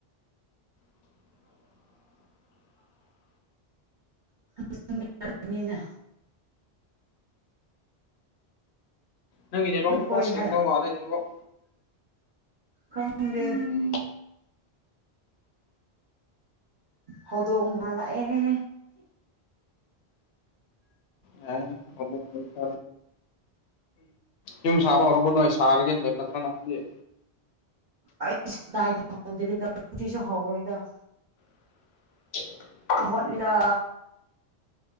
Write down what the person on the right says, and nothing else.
<inaudible> ꯅꯤꯅ
ꯑꯗꯨꯝ ꯍꯣꯏ
ꯍꯥꯏꯅ
ꯈꯪꯗꯦ
ꯍꯧꯗꯣꯡ ꯑꯃ ꯂꯥꯛꯑꯦ
ꯑꯁ ꯀꯗꯥꯏꯗ ꯍꯧꯗꯨꯏꯅꫭ ꯍꯧꯖꯤꯛꯁꯨ ꯍꯧꯔꯣꯏꯗ
ꯃꯣꯠꯂꯤꯗꯥ